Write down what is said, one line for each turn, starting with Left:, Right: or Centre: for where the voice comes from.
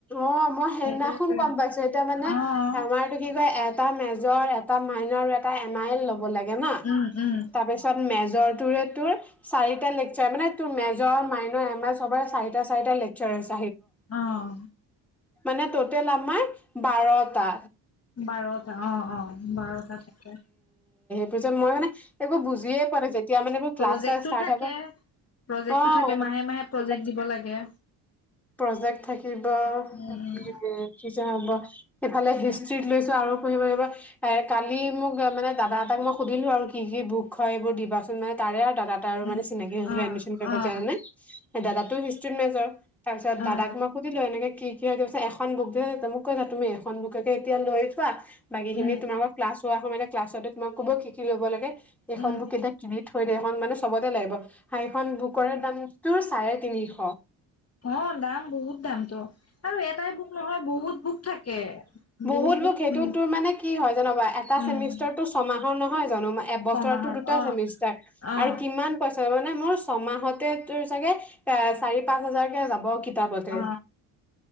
Centre: অ মই সেইদিনাখন
Left: সেইটোৱেতো
Centre: গম পাইছো এতিয়া মানে
Left: অ',
Centre: আমাৰতটো কি কয় এটা মেজৰ এটা মাইনৰ এ এটা এমাইল লব লাগে ন,
Left: উম, উম,
Centre: তাৰপিছত মেজ। এটোৱেই এটোৱেই, চাৰিটা লেকচাৰ মানে ত মেজৰ মাইন আমাৰ চবৰ চাৰিটা চাৰিটা লেকচাৰ আহিছে।
Left: অহ।
Centre: মানে ট'টেল আমাৰ বাৰটা।
Left: বাৰত। অ, অ বাৰটা থাকেহ
Centre: তাপাছত মই মানে। একো বুজিয়ে পোৱা নাই, যেতিয়া মানে মই এই ক্লাছৰ
Left: প্ৰজেক্টটো
Centre: ষ্টাৰ্ট
Left: থাকে
Centre: হব।
Left: প্ৰজেক্টটো
Centre: অ
Left: থাকে মাহে মাহে প্ৰজেক্ট
Centre: প্ৰজেক থাকিব
Left: দিব লাগে।
Centre: প্ৰজেক থাকিব
Left: উম,
Centre: তাপিছত। সেফালে হিষ্ট্ৰ্ৰীত লৈছো, আৰু পঢ়িব লাগিব। এ কালি মোক মানে দাদা এটাক মই সুধিলো আৰু কি কি বুক হয় এইবোৰ দিবাচোন মানে তাৰে। দাদা তা আৰু
Left: উম,
Centre: মানে
Left: উম,
Centre: চিনাকি হৈছিলো
Left: অ',
Centre: এডমিচন কৰিব
Left: অ',
Centre: যাওতে। হে দাদাতো। যাই তাৰ পিছত দাদাক
Left: অ',
Centre: মই সুধিলো, এনেক কি। কি কৈছে এখন বুক যে মোক কৈছা তুমি এখন বুককে এতিয়া লৈ থোৱা। বাকী
Left: উম,
Centre: খিনিত। তোমাক ক্লাছ হোৱাৰ সময়তে। ক্লাছতে তোমাক ক'ব কি কি ল'ব লাগে। এইখন
Left: উম,
Centre: বুক এতিয়া কিনি থৈ দে এখন মানে চবতে লাগিব হাইখন বুকৰে দামটোৰ চাৰে তিনিশ
Left: অ দাম বহুত দাম ত আৰু এটাই বুক নহয় বহুত বুক থাকে
Centre: বহুতলোক
Left: বহুত বুক
Centre: সেইটো
Left: উম,
Centre: তোৰ মানে কি হয় জানা এটা
Left: উম,
Centre: চেমিষ্টাৰতো ছমাহৰ নহয় জানো এবছৰতো
Left: ছমাহৰ
Centre: দুটা
Left: অ',
Centre: চেমিষ্টাৰ
Left: অ',
Centre: আৰু কিমান পইচা মানে মোৰ ছমাহতে তোৰ চাগে এ চাৰি পাঁচ হাজাৰকে কিতাপতে যাব।
Left: অ